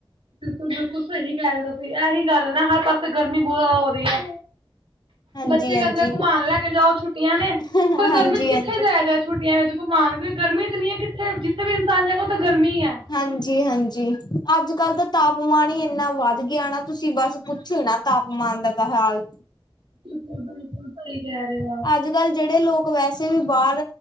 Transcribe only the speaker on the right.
ਬਿਲਕੁਲ-ਬਿਲਕੁਲ ਸਹੀ ਕੈ ਰੇ ਔ ਤੁਸੀਂ, ਐਹੀ ਗੱਲ ਨਾ, ਹਰ ਪਾਸੇ ਗਰਮੀ ਬੋਤ ਜ਼ਾਦਾ ਹੋ ਰਹੀ ਐ।
ਬੱਚੇ
ਕੈਂਦੇ ਆ ਕੁਮਾਨ ਲੈ ਕੇ ਜਾਔ, ਛੁੱਟੀਆਂ ਨੇ,
ਪਰ ਗਰਮੀ 'ਚ ਕਿੱਥੇ
ਜਾਯਾਂ ਜਾ ਛੁਟਿਆਂ ਵਿੱਚ ਕੁਮਾਨ ਕਿਉ ਕਿ ਗਰਮੀ ਇਤਨੀ, ਕਿੱਥੇ-ਜਿੱਥੇ ਵੀ ਇਨਸਾਨ ਜਾਏਗਾ ਉਥੇ ਗਰਮੀ ਈ ਐ।
ਬਿਲਕੁਲ-ਬਿਲਕੁਲ ਸਈ ਕੇ ਰੇ ਐ।